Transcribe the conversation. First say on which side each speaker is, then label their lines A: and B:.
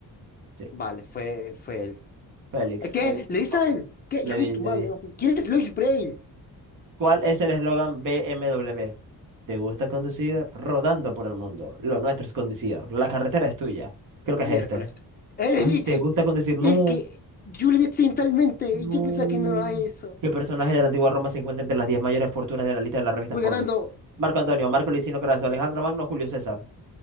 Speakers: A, on the right; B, on the left.
A: Sí,
B: Vale, fue, fue él.
A: Félix,
B: ¿Qué?
A: Félix
B: ¿Le dices
A: Hoffmann.
B: a él? ¿Qué?
A: Le
B: Hijo
A: di,
B: de tu
A: le
B: madre.
A: di.
B: no. ¿Quién es Luis Braille?
A: ¿Cuál es el eslogan BMW? ¿Te gusta conducir? Rodando por el mundo. Lo nuestro es conducir. La carretera es tuya. Creo que es
B: miércoles.
A: este.
B: Era
A: Ay,
B: el,
A: ¿te gusta con decir no?
B: el que yo le di accidentalmente y
A: No.
B: yo pensaba que no era eso.
A: ¿Qué personaje de la antigua Roma se encuentra entre las 10 mayores fortunas de la lista de la revista
B: Voy
A: Forbes?
B: ganando.
A: Marco Antonio, Marco Licinio Craso, Alejandro Magno, Julio César.